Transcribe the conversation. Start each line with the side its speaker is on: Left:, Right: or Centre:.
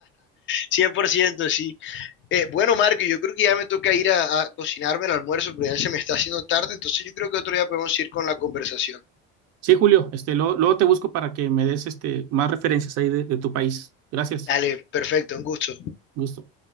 Left: cien por ciento sí. Eh, bueno, Marco, yo creo que ya me toca ir a, a cocinarme el almuerzo, pero ya se me está haciendo tarde, entonces yo creo que otro día podemos ir con la conversación.
Right: Sí, Julio, este, luego, luego te busco para que me des este, más referencias ahí de, de tu país. Gracias.
Left: Dale, perfecto, un gusto.
Right: Gusto.